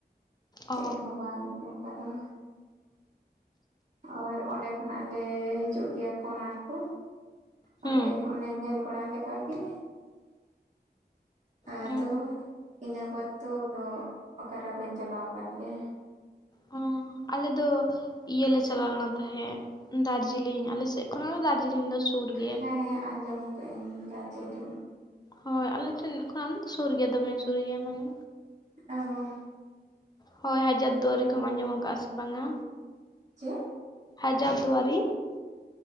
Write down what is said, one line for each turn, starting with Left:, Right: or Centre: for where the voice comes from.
Right: ᱪᱮᱫ
Left: ᱚ
Right: ᱦᱚᱸ ᱵᱟᱝ ᱠᱟᱛ ᱦᱚᱸ ᱟᱨ ᱚᱸᱰᱮ ᱠᱷᱚᱱᱟᱜ ᱞᱮ ᱦᱤᱡᱩᱜ ᱜᱮᱭᱟ ᱠᱚᱨ ᱠᱚ
Left: ᱦᱩᱸ
Right: ᱚᱸᱰᱮ ᱚᱱᱮ ᱧᱮᱞ ᱵᱟᱲᱟ ᱞᱮᱠᱟᱜ ᱜᱮ ᱟᱫᱚ
Left: ᱚ
Right: ᱤᱱᱟᱹ ᱵᱟᱫᱽ ᱫᱚ ᱟᱫᱚ ᱚᱠᱟᱨᱮᱚᱸ ᱵᱟᱹᱧ ᱪᱟᱞᱟᱣ ᱟᱠᱟᱱ ᱜᱮᱭᱟ
Left: ᱦᱸ ᱟᱞᱮ ᱫᱚ ᱤᱭᱟᱹ ᱞᱮ ᱪᱟᱞᱟᱣ ᱞᱮᱱ ᱛᱟᱦᱮᱸᱫ ᱫᱟᱨᱡᱤᱞᱤᱧ ᱟᱞᱮᱥᱮᱫ ᱠᱷᱚᱱᱟᱜ ᱫᱚ ᱫᱟᱨᱡᱤᱞᱤᱧ ᱫᱚ ᱥᱩᱨ ᱜᱮᱭᱟ
Right: ᱦᱮᱸ ᱟᱸᱡᱚᱢ ᱟᱠᱟᱫ ᱟᱹᱧ ᱫᱟᱨᱡᱤᱞᱤᱝ
Left: ᱦᱳᱭ ᱟᱞᱮ ᱴᱷᱮᱱ ᱠᱷᱚᱱ ᱫᱚ ᱥᱩᱨ ᱜᱮᱭᱟ ᱫᱚᱢᱮ ᱥᱩᱨ ᱜᱮᱭᱟ ᱢᱟᱱᱮ
Right: ᱚ ᱦᱚᱸ
Left: ᱦᱳᱭ ᱦᱟᱡᱟᱨ ᱫᱩᱣᱟᱨᱤ ᱠᱚᱢ ᱟᱸᱡᱚᱢ ᱟᱠᱟᱜᱼᱟ ᱥᱮ ᱵᱟᱝᱟ
Right: ᱪᱮᱫ
Left: ᱦᱟᱡᱟᱨ ᱫᱩᱣᱟᱨᱤ